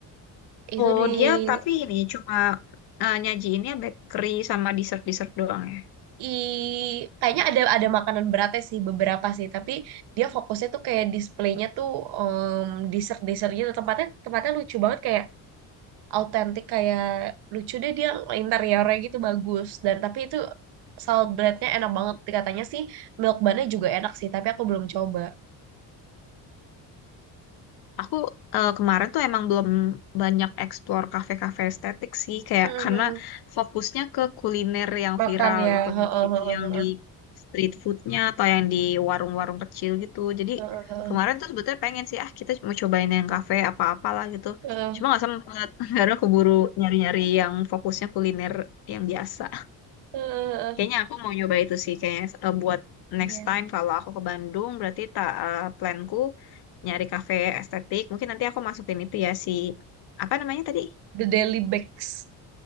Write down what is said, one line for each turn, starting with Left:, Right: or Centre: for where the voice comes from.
Right: Itu
Left: Oh,
Right: di
Left: dia tapi
Right: Oh.
Left: ini cuma eh, nyajiinnya bakery sama dessert-dessert doang ya.
Right: i kayaknya ada ada makanan beratnya sih beberapa sih tapi dia fokusnya tuh kayak displaynya tuh dessert dessert gitu tempatnya tempatnya lucu banget kayak autentik kayak lucu deh dia interiornya gitu bagus dan tapi itu salad breadnya enak banget katanya sih milk bunnya juga enak sih tapi aku belum coba <laughs>
Left: Aku eh, kemarin tuh emang belum banyak explore kafe-kafe estetik sih, kayak
Right: Mhm.
Left: karena fokusnya ke kuliner yang
Right: makan
Left: viral
Right: ya
Left: gitu,
Right: Heeh,
Left: entah itu
Right: heeh,
Left: yang
Right: heeh,
Left: di street foodnya atau yang di warung-warung kecil gitu. Jadi
Right: heeh, heeh,
Left: kemarin tuh sebetulnya pengen sih, ah kita mau cobain yang kafe apa-apalah gitu.
Right: heeh,
Left: Cuma nggak sempet, <laughs> karena keburu nyari-nyari yang fokusnya kuliner yang biasa.
Right: heeh.
Left: Kayaknya aku mau nyoba itu sih kayaknya eh, buat
Right: iya
Left: next time kalau aku ke Bandung berarti tak planku nyari kafe estetik. Mungkin nanti aku masukin itu ya si apa namanya tadi?
Right: The Daily Bakes